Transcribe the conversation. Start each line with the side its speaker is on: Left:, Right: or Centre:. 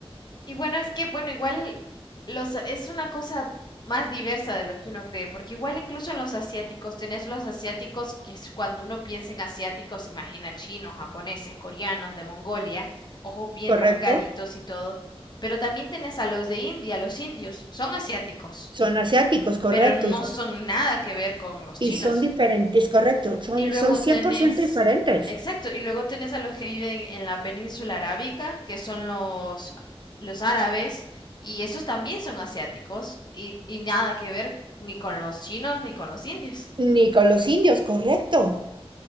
Left: Y bueno, es que, bueno, igual los, es una cosa más diversa de lo que uno cree, porque igual incluso en los asiáticos, tenés los asiáticos, que es cuando uno piensa en asiáticos, se imagina chinos, japoneses, coreanos, de Mongolia, ojos bien
Right: ¿correcto?
Left: rasgaditos y todo, pero también tenés a los de India, los indios, son asiáticos,
Right: Son asiáticos, correcto,
Left: pero no
Right: y son,
Left: son nada que ver con los
Right: y
Left: chinos.
Right: son diferentes, correcto, son,
Left: Y luego
Right: son 100%
Left: tenés,
Right: diferentes.
Left: exacto, y luego tenés a los que viven en la península arábica, que son los, los árabes, y esos también son asiáticos, y, y nada que ver ni con los chinos ni con los indios.
Right: Ni con los indios, correcto.